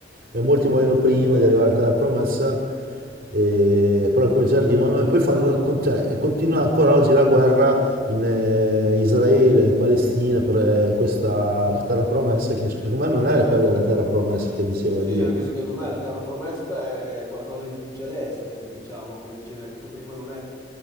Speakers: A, on the right (about 50°); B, on the left (about 15°).
A: e molti muoiono prima di arrivare alla terra promessa, e- però alcuni ci arrivano e poi fanno, con- cioè, e continua ancora oggi la guerra in eh, Israele e Palestina per eh, questa terra promessa, che secondo me non è quella della terra promessa che diceva
B: Sì,
A: Dio.
B: anche secondo me la terra promessa è qualcosa di più celeste, diciamo, come dicevi anche tu prima, non è